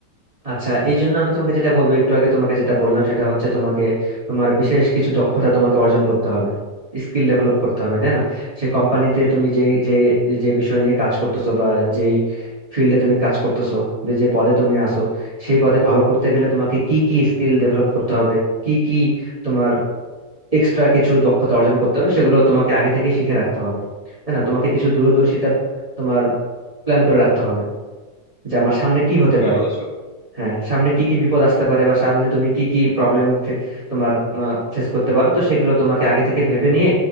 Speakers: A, on the right; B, on the left.
A: আচ্ছা এই জন্য আমি তোমাকে যেটা বলবো একটু আগে তোমাকে যেটা বললাম সেটা হচ্ছে তোমাকে তোমার বিশেষ কিছু দক্ষতা তোমাকে অর্জন করতে হবে স্কিল ডেভেলপ করতে হবে তাই না সে কোম্পানিতে
B: হ্যাঁ
A: তুমি
B: হ্যাঁ হ্যাঁ
A: যে যে যে বিষয় নিয়ে কাজ করতেছো বা যেই ফিল্ডে তুমি কাজ করতেছো বা যে পদে তুমি আসো সেই পদে ভালো করতে গেলে তোমাকে কি কি স্কিল ডেভেলপ করতে হবে কি কি তোমার এক্সট্রা কিছু দক্ষতা অর্জন করতে হবে সেগুলো তোমাকে আগে থেকে শিখে রাখতে হবে তাই না তোমাকে কিছু দূরদর্শিতা তোমার প্ল্যান করে রাখতে হবে যে আমার সামনে কি হতে
B: ঠিকই
A: পারে
B: বলেছো বন্ধু।
A: হ্যাঁ সামনে কি কি বিপদ আসতে পারে বা সামনে তুমি কি কি প্রবলেম তোমার ফেস করতে পারো তো সেগুলো তোমাকে আগে থেকে ভেবে নিয়ে